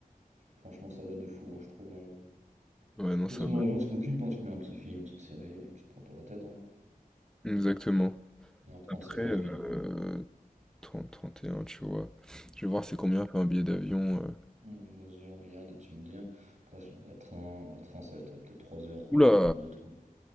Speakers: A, on the right; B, in the centre.
A: Franchement, ça va de fou, hein, je trouve. hein. De
B: Ouais, non,
A: toute
B: ça
A: façon,
B: va.
A: dans l'avion, tu t'occupes, hein, tu te mets un petit film, une petite série, tu te prends pas la tête. Hein.
B: Exactement.
A: 1 h trente,
B: Après,
A: ça passe vite. Donc.
B: euh, trente, trente et un, tu vois. Je vais voir c'est combien fait un billet d'avion. euh.
A: Hmm, Vas-y, regarde et tu me dis. hein. Après, il y a train, à train, ça va être peut être trois heures, trois
B: Oula!
A: heures trente, de train.